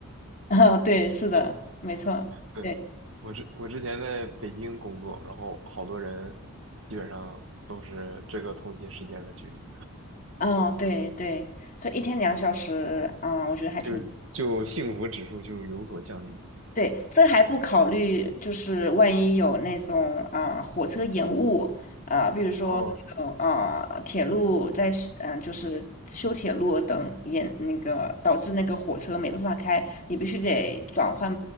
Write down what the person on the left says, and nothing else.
<laughs> 啊，对，是的，没错，
对，
嗯，对对，所以一天两小时，嗯，我觉得还挺。
对，这还不考虑，就是万一有那种啊、火车延误啊、比如说有啊、
铁路在嗯、就是修铁路等延那个导致那个火车没办法开，你必须得转换